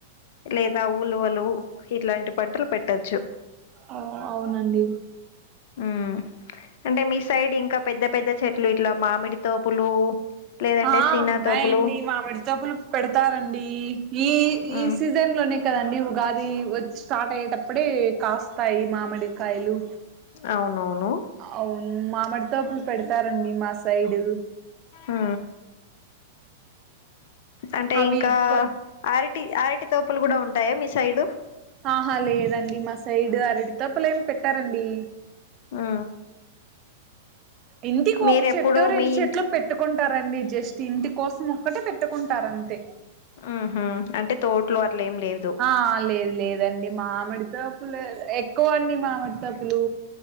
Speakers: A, on the left; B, on the right.
A: లేదా ఉలువలు ఇట్లాంటి పంటలు పెట్టొచ్చు.
B: ఆ అవునండి
A: మ్ అంటే మీ సైడ్ ఇంకా పెద్ద పెద్ద చెట్లు ఇట్లా మామిడి తోపులు లేదంటే
B: ఆ
A: సీనా
B: ఉన్నాయండి
A: తోపులు
B: మామిడి తోప్పులు పెడతారండి. ఈ సీజ
A: ఉమ్
B: సీజన్ లోనే కదండీ ఉగాది వచ్చే స్టార్ట్ అయ్యేటప్పుడే కాస్తాయి మామిడికాయలు.
A: అవునవును
B: అవును మామిడితోటలు పెడతారండి మా సైడు
A: ఉ అంటే
B: అవి
A: ఇంకా
B: కొ
A: అరటి అరటి తోటలు కూడా ఉంటాయా మీ సైడు
B: ఆహా లేదండి మా సైడ్ అరటి తోటలేమి పెట్టారండి
A: ఆ
B: ఇంటికి
A: మీరెప్పుడు
B: ఒక చెట్టు రెండు
A: మీ
B: చెట్లో
A: ఇంటి
B: పెట్టుకుంటారండి జస్ట్ ఇంటి కోసం ఒక్కటే పెట్టుకుంటారు అంతే
A: ఆహ అంటే తోటలో అట్లే ఏం లేదు
B: ఆ లేదు లేదండి మామిడి తోపులో ఎక్కువ అండి మామిడి తోపులు